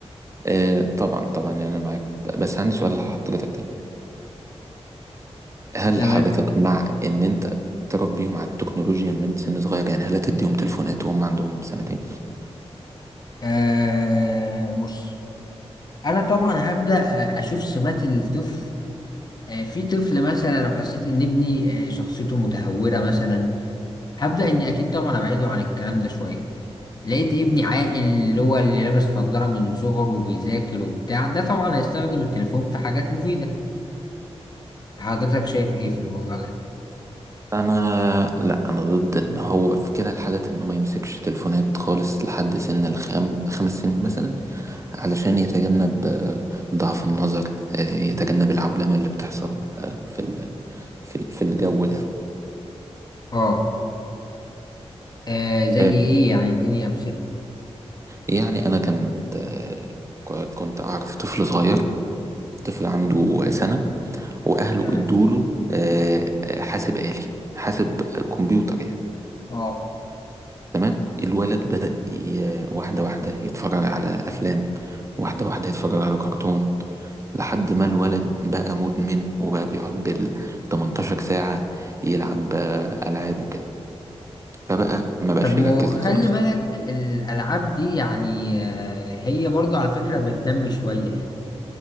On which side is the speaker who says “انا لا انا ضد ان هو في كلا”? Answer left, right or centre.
Right